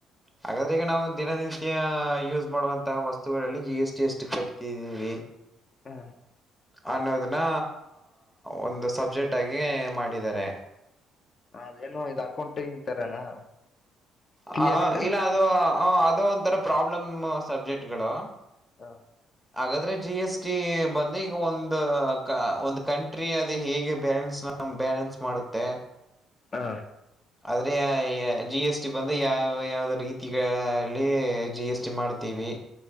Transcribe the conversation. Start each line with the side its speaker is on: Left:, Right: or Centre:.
Centre: ಹಾಗಾದ್ರೆ ಈಗ್ ನಾವು ದಿನನಿತ್ಯ ಯೂಸ್ ಮಾಡುವಂತ ವಸ್ತುಗಳಲ್ಲಿ ಜಿ ಎಸ್ ಟಿ ಎಷ್ಟು ಕಟ್ಟತಿದ್ದೀವಿ,
Left: ಹಾ.
Centre: ಅನ್ನೋದನ್ನ ಒಂದು ಸಬ್ಜೆಕ್ಟಾಗಿ ಮಾಡಿದ್ದಾರೆ.
Left: ಅದೇನೋ ಇದು ಅಕೌಂಟಿಂಗ ತರನಾ. ಥಿಯರಿನ
Centre: ಹ ಇಲ್ಲ ಅದು ಅದು ಒಂಥರ ಪ್ರಾಬ್ಲಮ್ ಸಬ್ಜೆಕ್ಟ್ಗಳು.
Left: ಹಾ.
Centre: ಹಾಗಾದ್ರೆ ಜಿ ಎಸ್ ಟಿ ಬಂದ್ಲಿ ಈಗ ಒಂದ ಕ ಒಂದ ಕಂಟ್ರಿ ಅದು ಹೇಗೆ ಬ್ಯಾನ್ಸ್ ನಮ್ ಬ್ಯಾಲೆನ್ಸ್ ಮಾಡತ್ತೆ.
Left: ಹಾ..
Centre: ಆದರೆ ಜಿ ಎಸ್ ಟಿ ಬಂದು ಯಾವ ಯಾವ್ದ ರೀತಿಗಳಲ್ಲಿ ಜಿ ಎಸ್ ಟಿ ಮಾಡ್ತೀವಿ.